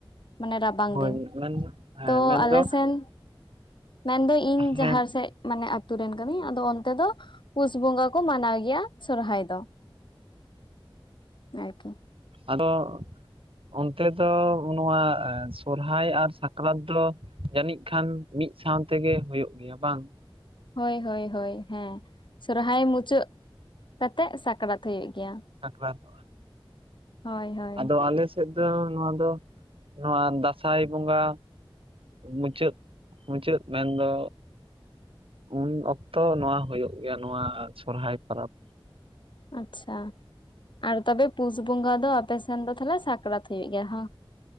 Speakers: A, on the left; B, on the right.
A: ᱢᱟᱱᱮ ᱨᱟᱵᱟᱝ
B: ᱦᱳᱭ
A: ᱫᱤᱱ
B: ᱢᱮᱱ ᱦᱮᱸ
A: ᱛᱚ
B: ᱢᱮᱱᱫᱚ
A: ᱟᱞᱮ ᱥᱮᱱ ᱢᱮᱱ ᱫᱚ ᱤᱧ
B: ᱦᱮᱸ
A: ᱡᱟᱦᱟ ᱥᱮᱫ ᱢᱟᱱᱮ ᱟᱛᱩ ᱨᱮᱱ ᱠᱟᱹᱱᱟᱹᱧ ᱟᱫᱚ ᱚᱱᱛᱮ ᱫᱚ ᱯᱩᱥ ᱵᱚᱸᱜᱟ ᱠᱚ ᱢᱟᱱᱟᱣ ᱜᱮᱭᱟ ᱥᱚᱨᱦᱟᱭ ᱫᱚ
B: <inaudible>
A: ᱟᱨᱠᱤ
B: ᱟᱫᱚ ᱚᱱᱛᱮ ᱫᱚ ᱱᱚᱣᱟ ᱥᱚᱨᱦᱟᱭ ᱟᱨ ᱥᱟᱠᱨᱟᱛ ᱫᱚ ᱡᱟᱹᱱᱤᱡ ᱠᱷᱟᱱ ᱢᱤᱫ ᱥᱟᱶ ᱛᱮᱜᱮ ᱦᱩᱭᱩᱜ ᱜᱮᱭᱟ ᱵᱟᱝ
A: ᱦᱳᱭ ᱦᱳᱭ ᱦᱳᱭ ᱦᱮᱸ ᱥᱚᱨᱦᱟᱭ ᱢᱩᱪᱟᱹᱫ ᱠᱟᱛᱮᱜ ᱥᱟᱠᱨᱟᱛ ᱦᱩᱭᱩᱜ ᱜᱮᱭᱟ
B: ᱥᱟᱠᱨᱟᱛᱚᱜ-ᱟ
A: ᱦᱳᱭ ᱦᱳᱭ
B: ᱟᱫᱚ ᱟᱞᱮ ᱥᱮᱫ ᱫᱚ ᱱᱚᱣᱟ ᱫᱚ ᱱᱚᱣᱟ ᱫᱟᱸᱥᱟᱭ ᱵᱚᱸᱜᱟ ᱢᱩᱪᱟᱹᱫ ᱢᱩᱪᱟᱹᱫ ᱢᱮᱱ ᱫᱚ ᱩᱱ ᱚᱠᱛᱚ ᱱᱚᱣᱟ ᱦᱩᱭᱩᱜ ᱜᱮᱭᱟ ᱱᱚᱣᱟ ᱥᱚᱨᱦᱟᱭ ᱯᱚᱨᱟᱵ
A: ᱟᱪᱪᱷᱟ ᱟᱨ ᱛᱚᱵᱮ ᱯᱩᱥ ᱵᱚᱸᱜᱟ ᱫᱚ ᱟᱯᱮ ᱥᱮᱱ ᱫᱚ ᱛᱟᱦᱚᱞᱮ ᱥᱟᱠᱨᱟᱛ ᱦᱩᱭᱩᱜ ᱜᱮᱭᱟ ᱦᱚᱸ